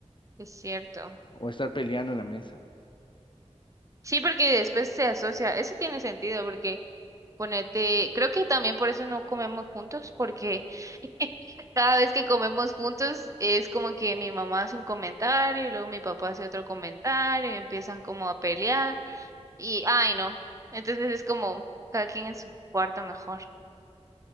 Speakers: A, on the right (about 25°); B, on the left (about 40°).
A: Es cierto.
B: o estar peleando en la mesa.
A: Sí, porque después se asocia. Eso tiene sentido porque ponete, creo que también por eso no comemos juntos, porque <laughs> cada vez que comemos juntos es como que mi mamá hace un comentario y luego mi papá hace otro comentario y empiezan como a pelear y, ay, no. Entonces es como cada quien en su cuarto mejor.